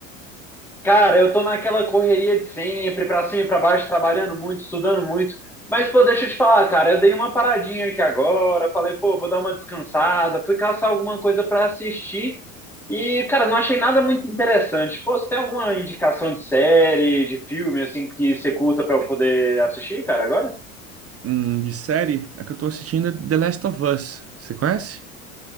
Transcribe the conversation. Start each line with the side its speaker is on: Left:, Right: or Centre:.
Centre: Cara, eu tô naquela correria de sempre, pra cima e pra baixo, trabalhando muito, estudando muito. Mas, pô, deixa eu te falar, cara, eu dei uma paradinha aqui agora, falei, pô, vou dar uma descansada, fui caçar alguma coisa pra assistir e, cara, não achei nada muito interessante. Pô, você tem alguma indicação de série, de filme, assim, que você curta pra eu poder assistir, cara, agora?
Right: Hum, de série, a que eu tô assistindo é The Last of Us. Você conhece?